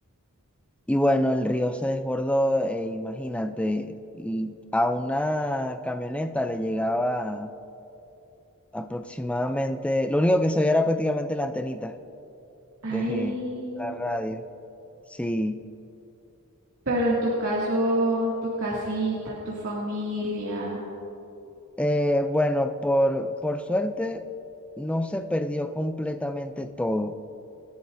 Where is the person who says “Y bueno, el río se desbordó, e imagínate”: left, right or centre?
Centre